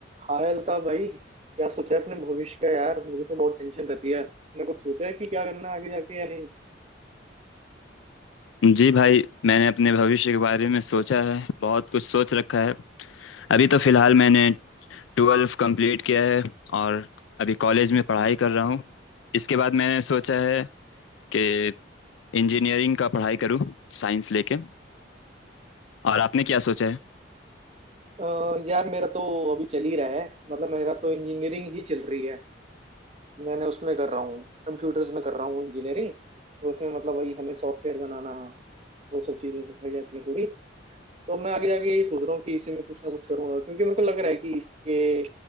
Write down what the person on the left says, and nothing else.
जी भाई मैंने अपने भविष्य के बारे में सोचा है बहुत कुछ सोच रखा है अभी तो फिलहाल मैंने ट्वेल्व कंप्लीट किया है और अभी कॉलेज में पढ़ाई कर रहा हूँ इसके बाद मैंने सोचा है कि इंजीनियरिंग का पढ़ाई करूँ साइंस लेके और आपने क्या सोचा है